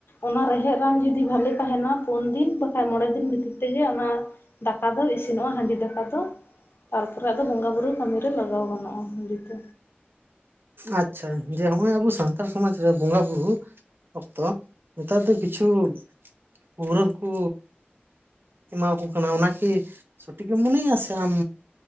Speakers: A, on the left; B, on the right.
A: ᱚᱱᱟ ᱨᱮᱦᱮᱫ ᱨᱟᱱ ᱡᱩᱫᱤ ᱵᱷᱟᱞᱮ ᱛᱟᱦᱮᱱᱟ᱾ ᱯᱩᱱ ᱫᱤᱱ ᱵᱟᱠᱷᱟᱡ ᱢᱚᱬᱮ ᱫᱤᱱ ᱵᱷᱤᱛᱤᱨ ᱛᱮᱜᱮ ᱚᱱᱟ ᱫᱟᱠᱟ ᱫᱚ ᱤᱥᱤᱱᱚᱜᱼᱟ ᱦᱟᱺᱰᱤ ᱫᱟᱠᱟ ᱫᱚ᱾ ᱛᱟᱨᱯᱚᱨᱮ ᱟᱫᱚ ᱵᱚᱸᱜᱟ ᱵᱩᱨᱩ ᱠᱟᱹᱢᱤᱤᱨᱮ ᱞᱟᱜᱟᱣ ᱜᱟᱱᱚᱜᱼᱟ ᱦᱟᱺᱰᱤ ᱠᱚ᱾
B: ᱟᱪᱪᱷᱟ ᱡᱮ ᱦᱚᱸᱜᱼᱚᱭ ᱟᱵᱚ ᱥᱟᱱᱛᱟᱲ ᱥᱚᱢᱟᱡ ᱨᱮ ᱵᱚᱸᱜᱟ ᱵᱩᱨᱩ ᱚᱠᱛᱚ ᱱᱮᱛᱟᱨ ᱫᱚ ᱠᱤᱪᱷᱩ ᱯᱟᱹᱣᱨᱟᱹ ᱦᱩᱠᱩ ᱮᱢᱟᱠᱚ ᱠᱟᱱᱟ ᱚᱱᱟᱠᱤ ᱥᱚᱴᱷᱤᱠᱮᱢ ᱢᱚᱱᱮᱭᱟ ᱥᱮ ᱟᱢ